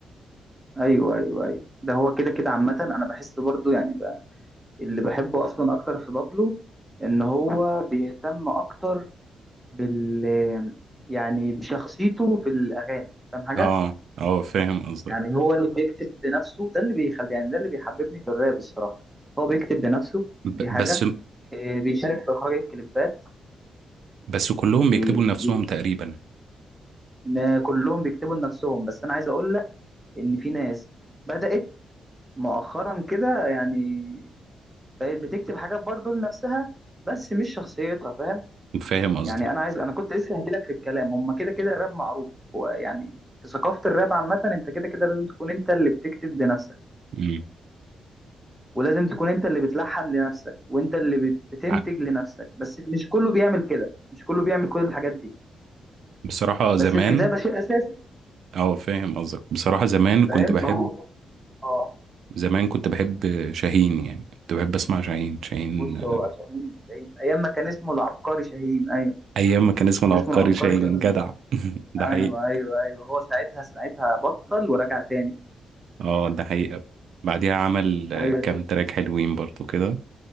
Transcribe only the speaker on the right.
اه اه فاهم قصدك
ب-
بس
بس كلهم بيكتبوا
لنفسهم تقريبا
فاهم قصدك
مم.
ع-
بصراحة زمان
اه فاهم قصدك بصراحة زمان كنت
بحب
زمان كنت بحب شاهين يعني كنت بحب اسمع شاهين شاهين
آه،
ايام ما كان اسمه
العبقري
شاهين
جدع <laughs> ده
حقيقي
اه ده حقيقة بعديها عمل آه،
كام تراك حلوين برضو كده